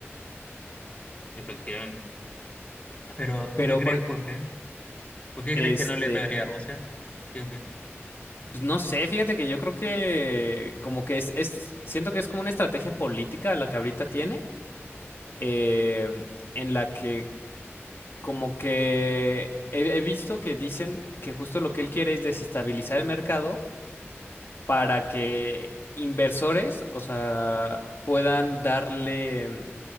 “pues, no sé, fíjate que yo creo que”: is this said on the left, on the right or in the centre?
Left